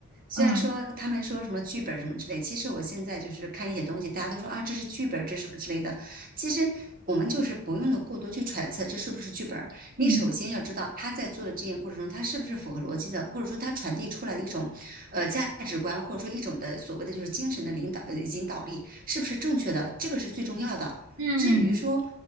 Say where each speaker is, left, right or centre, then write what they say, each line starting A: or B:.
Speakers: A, on the right; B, on the right.
A: 虽然说他们说什么剧本什么之类，
B: 嗯
A: 其实我现在就是看一些东西，大家都说啊，这是剧本这是什么之类的。其实我们就是不用的过多去揣测这是不是剧本儿。你首先要知道他在做的这件过程中，
B: 嗯，
A: 他是不是符合逻辑的，或者说他传递出来的一种呃价值观，或者说一种的所谓的就是精神的领导呃引导力是不是正确的，这个是最重要的。
B: 嗯，
A: 至于说